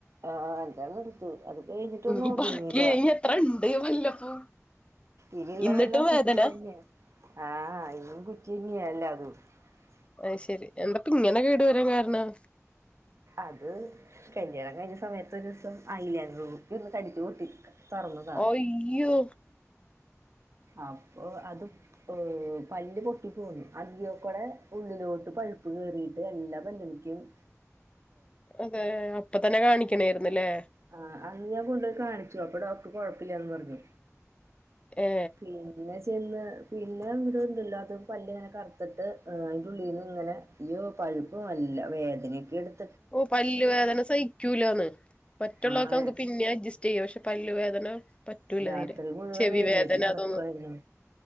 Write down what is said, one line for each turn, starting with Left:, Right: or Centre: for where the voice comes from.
Right: ആഹ് അഞ്ചെണ്ണം എടുത്തൂ അത് കഴിഞ്ഞിട്ടൊന്നു
Left: ഇനി
Right: ഒതുങ്ങീതാ
Left: ബാക്കി ഇനി എത്ര ഇണ്ട് പല്ലപ്പോ
Right: ഇനി ഉള്ളതെല്ലാം
Left: ഇന്നിട്ടും
Right: കുറ്റി
Left: വേദന
Right: തന്നെയ ആഹ് ഇനിം കുറ്റി - ഇനി അല്ലാതെ <unintelligible>
Left: അത്ശരി എന്താ ഇപ്പൊ ഇങ്ങനെ കേട് വരാൻ കാരണം
Right: അത് കല്യാണം കഴിഞ്ഞ സമയത്ത് ഒരു ദിവസം ഐലനർ കുപ്പി ഒന്ന് കടിച്ചു പൊട്ടിച്ച - തോറന്നത
Left: അയ്യോ
Right: അപ്പൊ അത് പല്ല് പൊട്ടി പോന്നു അതിലെക്കൂടെ ഉള്ളിലോട്ട് പഴുപ്പ് കേറീട്ടു എല്ലാ പല്ലിക്കും-
Left: അതെ അപ്പൊ തന്നെ കാണിക്ക അങ്ങനെയായിരുന്നില്ലേ
Right: ആ അന്ന് ഞാൻ കൊണ്ടുപോയി കാണിച്ചു അപ്പൊ ഡോക്ടർ കൊഴപ്പില്ലന്ന് പറഞ്ഞു
Left: ഏ
Right: പിന്നെ ചെന്ന് പിന്നെ എന്ത്‌ ഉണ്ടല്ലോ അത് പല്ല് ഇങ്ങനെ കറുത്തിട്ട് ഏഹ് അതിൻ്റെ ഉള്ളിൽ നിന്ന് ഇങ്ങനെ ഇയ്യോ പഴുപ്പും നല്ല വേദനയൊക്കെ എടുത്ത്-
Left: ഓ പല്ല് വേദന സഹിക്കൂലന്ന് മറ്റുള്ളതൊക്കെ
Right: ആഹ്
Left: നമുക്ക് പിന്നെ അഡ്ജസ്റ്റ് ചെയ്യ പ ക്ഷെ പല്ലുവേദന പറ്റൂല
Right: രാത്രി
Left: തീരെ
Right: മുഴുവൻ
Left: ചെവി
Right: എഴുന്നേറ്റ്
Left: വേദന
Right: നടക്കുവായിരുന്നു
Left: അതൊന്നും